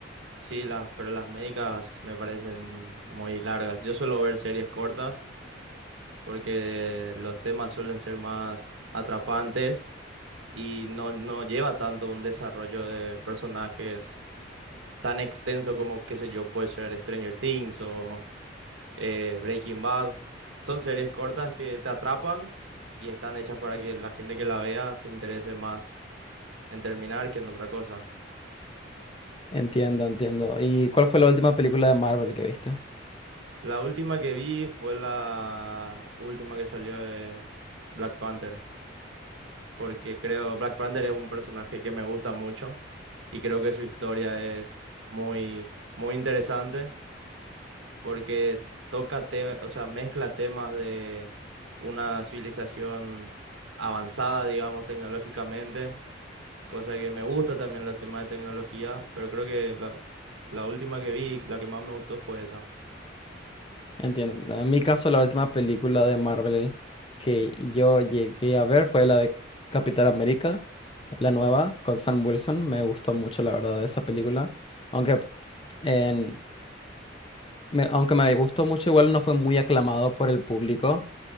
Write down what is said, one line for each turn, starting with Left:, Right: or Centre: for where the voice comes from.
Right: sí, la, pero las médicas me parecen muy largas. Yo suelo ver series cortas porque los temas suelen ser más atrapantes y no, no lleva tanto un desarrollo de personajes tan extenso como, qué sé yo, puede ser Stranger Things o eh, Breaking Bad. Son series cortas que te atrapan y están hechas para que la gente que la vea se interese más en terminar que en otra cosa.
Left: Entiendo, entiendo. ¿Y cuál fue la última película de Marvel que viste?
Right: La última que vi fue la última que salió de Black Panther, porque creo Black Panther es un personaje que me gusta mucho y creo que su historia es muy, muy interesante. porque toca te- o sea, mezcla temas de una civilización avanzada, digamos, tecnológicamente, cosa que me gusta también los temas de tecnología, pero creo que la, la última que vi, la que más me gustó fue esa.
Left: Entiendo. En mi caso, la última película de Marvel que yo llegué a ver fue la de Capitán América, la nueva, con Sam Wilson. Me gustó mucho, la verdad, esa película. Aunque en, me- aunque me gustó mucho, igual no fue muy aclamado por el público,